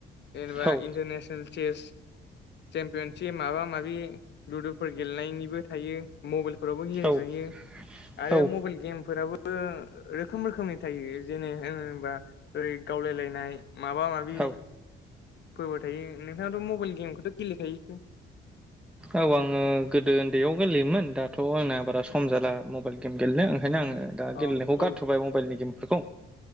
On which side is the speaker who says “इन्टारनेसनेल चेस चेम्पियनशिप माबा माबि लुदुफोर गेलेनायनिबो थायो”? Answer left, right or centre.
Left